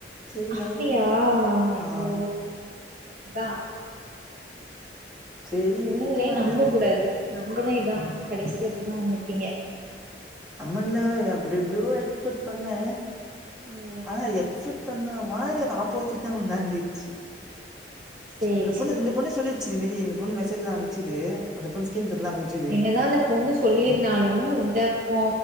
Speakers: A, in the centre; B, on the right (about 50°).
A: சரி
B: அப்டியா
A: நானு விட்ட
B: ஐயோ
A: ஆ
B: அதா
A: சேரி
B: பொண்ணுங்களே
A: விட்டு நானு
B: நம்பக்க
A: அது
B: கூடாது நம்புனா இதா கடைசில இப்டிதா வந்து நிப்பீங்க
A: அம்மன்ல அப்டி எப்டியோ எக்ஸ்பெக்ட் பண்ண
B: ஓ
A: ஆனா எக்சப்ட் பண்ண மாதிரி அது ஆப்போசிட்டா ஒன்னு நடந்திட்ச்சி
B: சேரி
A: அந்த பொண்ணு
B: சேரி
A: இந்த பொண்ணு சொல்லிட்ச்சு இந்த மாரி இந்த பொண்ணு மெசேஜ்லா அம்ச்சுது அந்த பொண்ணு ஸ்கிரீன் ஷாட்லா அம்ச்சுது
B: எத அந்த பொண்ணு சொல்லிருந்தாலு இந்தப்போ